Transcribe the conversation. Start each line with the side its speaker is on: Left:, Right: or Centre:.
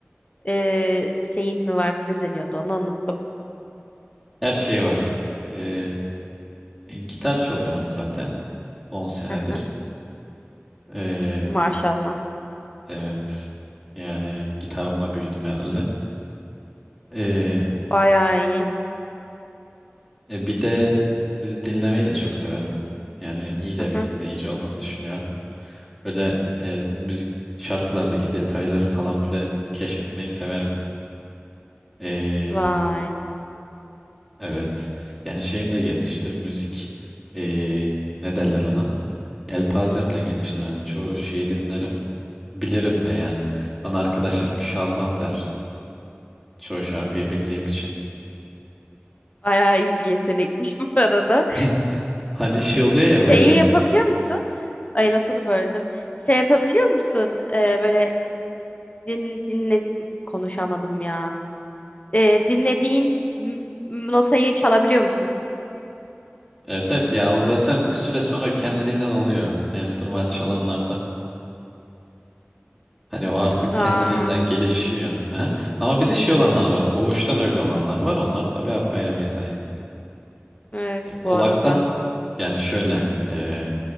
Left: eee, şeyin mi var? Ne deniyordu onu unuttum.
Centre: Her şey var. Ee, e, gitar çalıyorum zaten 10 senedir.
Left: Aha,
Centre: Ee,
Left: maşallah.
Centre: evet. Yani gitarımla büyüdüm herhalde. Ee,
Left: Bayağı iyi.
Centre: e, bir de e, dinlemeyi de çok severim. Yani iyi de
Left: Aha.
Centre: bir dinleyici olduğumu düşünüyorum. Böyle e, müzik şarkılardaki detayları falan böyle keşfetmeyi severim. Ee,
Left: Vay.
Centre: evet. Yani şeyim de geniştir. Müzik e, ne derler ona? Elpazem de geniştir. Yani çoğu şeyi dinlerim. Bilirim de yani. Bana arkadaşlarım Şazam der. Çoğu şarkıyı bildiğim için.
Left: Bayağı iyi bir yetenekmiş <laughs> bu arada.
Centre: <laughs> Hani şey oluyor ya
Left: Şeyi
Centre: böyle.
Left: yapabiliyor musun? Ay lafını böldüm. Şey yapabiliyor musun? Ee, böyle din, dinle konuşamadım ya. Ee, dinlediğin m- m- notayı çalabiliyor musun?
Centre: Evet evet ya o zaten bir süre sonra kendiliğinden oluyor. Enstrüman çalanlarda. Hani o artık
Left: Aa,
Centre: kendiliğinden gelişiyor. Aha. Ama bir de şey olanlar var. Doğuştan öyle olanlar var. Onlar tabii apayrı bir yetenek.
Left: evet
Centre: E, kulaktan
Left: bu arada.
Centre: yani şöyle. e,